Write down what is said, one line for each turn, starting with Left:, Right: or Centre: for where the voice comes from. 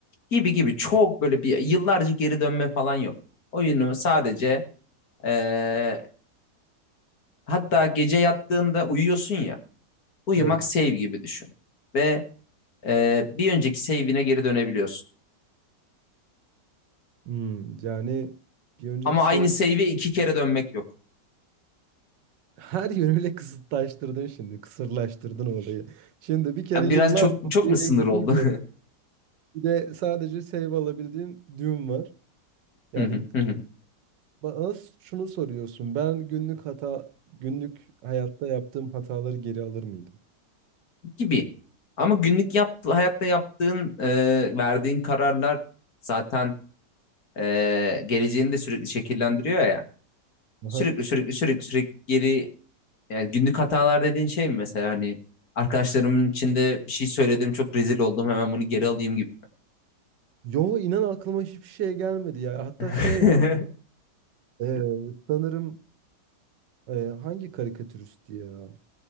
Left: Gibi gibi çok böyle bir yıllarca geri dönme falan yok. Oyunu sadece ee, hatta gece yattığında uyuyorsun ya uyumak
Right: Evet.
Left: save gibi düşün. Ve e, bir önceki save'ine geri dönebiliyorsun.
Right: Hmm, yani bir önceki
Left: Ama
Right: sev
Left: aynı save'e iki kere dönmek yok.
Right: <laughs> her yönüyle kısıtlaştırdın şimdi. Kısırlaştırdın olayı. Şimdi bir kere
Left: Biraz
Right: yıllar
Left: çok
Right: oraya
Left: çok mu sınır
Right: gidemiyor.
Left: oldu?
Right: Bir de sadece save alabildiğim düğüm var. Yani
Left: <laughs>
Right: bana şunu soruyorsun. Ben günlük hata günlük hayatta yaptığım hataları geri alır mıydım?
Left: gibi. Ama günlük yaptı, hayatta yaptığın, e, verdiğin kararlar zaten e, geleceğini de sürekli şekillendiriyor ya. Sürekli
Right: Aha.
Left: sürekli sürekli sürekli geri yani günlük hatalar dediğin şey mi mesela hani arkadaşlarımın içinde bir şey söyledim çok rezil oldum hemen bunu geri alayım gibi.
Right: Yo inan aklıma hiçbir şey gelmedi ya. Hatta
Left: <laughs>
Right: şey e, sanırım Ee, hangi karikatüristi ya?